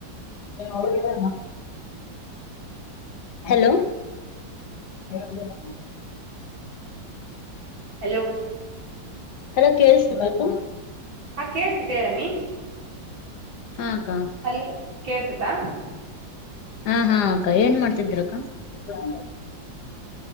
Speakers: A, on the left; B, on the right.
A: <unintelligible> ಹಲೋ <unintelligible>
B: ಹಲೋ
A: ಹೆಲೋ ಕೇಳ್ಸಡಿ ಅಕ್ಕ
B: ಹ ಕೇಳ್ಸತಿ ಹೇಳಮ್ಮಿ
A: ಹಾ ಅಕ್ಕ
B: ಹಲೋ ಕೇಳ್ಸತಾ
A: ಹಾ ಹಾ ಅಕ್ಕ ಏನ್ ಮಾಡ್ತಿದ್ರು ಅಕ್ಕ <unintelligible>